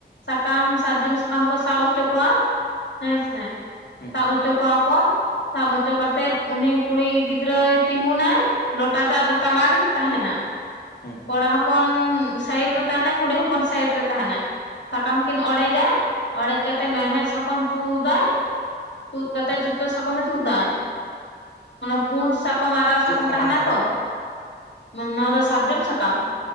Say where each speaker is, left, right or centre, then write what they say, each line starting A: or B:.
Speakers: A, on the left; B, on the left.
A: ᱥᱟᱠᱟᱢ ᱥᱟᱨᱡᱚᱢ ᱥᱟᱠᱟᱢ ᱠᱚ ᱥᱟᱵ ᱦᱚᱪᱚ ᱠᱚᱣᱟ ᱦᱮᱸ ᱥᱮ।
B: ᱦᱩᱸ
A: ᱥᱟᱵ ᱦᱚᱪᱚ ᱠᱚᱣᱟ ᱠᱚ। ᱥᱟᱵ ᱦᱚᱪᱚ ᱠᱟ ᱠᱟᱛᱮᱫ ᱩᱱᱤ ᱠᱩᱲᱤ ᱜᱤᱫᱽᱨᱟᱹᱭ ᱛᱤᱸᱜᱩᱱᱟ ᱞᱚᱴᱟ ᱫᱟᱜ ᱫᱚ ᱼᱼ ᱛᱟᱞᱟᱨᱮ ᱛᱟᱦᱮᱱᱟ।
B: ᱦᱩᱸ
A: ᱠᱚᱲᱟ ᱦᱚᱯᱚᱱ ᱥᱟᱭᱤᱰ ᱨᱮ ᱛᱟᱸᱦᱮᱱᱟ ᱠᱩᱲᱤ ᱦᱚᱯᱚᱱ ᱥᱟᱭᱤᱴ ᱨᱮ ᱛᱟᱸᱦᱮᱱᱟ। ᱥᱟᱠᱟᱢ ᱠᱤᱱ ᱚᱲᱮᱡᱟ᱾ ᱚᱲᱮᱡ ᱠᱟᱛᱮ ᱢᱮᱲᱦᱮᱫ ᱥᱟᱠᱟᱢ ᱛᱩᱫᱟᱭ। ᱛᱩᱫ ᱠᱟ ᱠᱟᱛᱮ ᱡᱷᱚᱛᱚ ᱥᱟᱠᱚᱢᱮ ᱛᱩᱫ ᱫᱟᱭ। ᱚᱱᱟ ᱯᱩᱸᱰ ᱥᱟᱠᱚᱢ ᱟᱨᱟᱜ ᱥᱟᱠᱚᱢ
B: ᱪᱮᱫ ᱥᱟᱠᱟᱢ
A: ᱛᱟᱦᱮᱱᱟ ᱛᱚ? ᱱᱚᱣᱟ ᱫᱚ ᱥᱟᱨᱡᱚᱢ ᱥᱟᱠᱟᱢ।